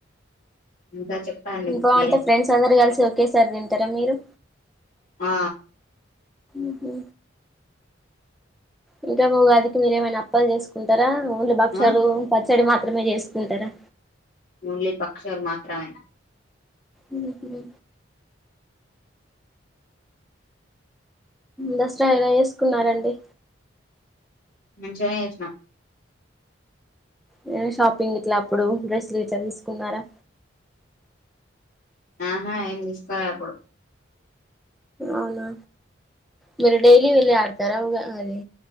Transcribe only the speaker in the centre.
బావుంటే
ఫ్రెండ్స్ అందరు కలిసి ఓకె సారి తింటారా మీరు
ఉహు ఇంకా ఉగాదికి మీరు ఏమైనా అప్పాలు చేసుకుంటారా ఓన్లీ బక్షాలు
పచ్ తడి మాత్రమే చేస్తుకుంటారా
ఎందుకు లె దసరా అయినా ఎసుకున్నారండి
నేను షాపింగ్ ఇట్లా అప్పుడు డ్రెస్సులు ఇట్లా తీసుకున్నారా
అవునా మీరు డైలీ వెళ్ళి ఆడతారా ఉగా అది